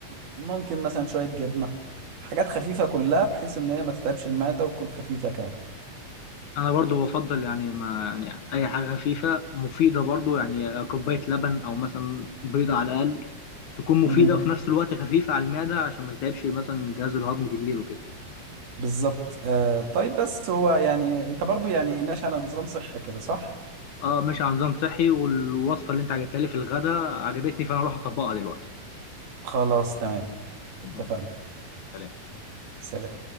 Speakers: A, on the right; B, on the left.
A: ممكن مثلا شويه جبنه حاجات خفيفه كلها بحيث ان هي ما تتعبش المعده وتكون خفيفه كمان
B: انا برضو بفضل يعني ما يعني اي حاجه خفيفه مفيده برضو يعني كوبايه لبن او مثلا بيضه على الاقل تكون مفيده
A: مهم.
B: وفي نفس الوقت خفيفه على المعده عشان ما تتعبش مثلا الجهاز الهضمي بالليل وكده
A: بالظبط آه طيب بس هو يعني انت برضو يعني ماشي على نظام صحي كده صح
B: اه ماشي على نظام صحي والوصفه اللي انت عجبتها لي في الغداء عجبتني فانا اروح اطبقها دلوقتي
A: خلاص تمام اتفقنا
B: ماشي شكرا سلام
A: سلام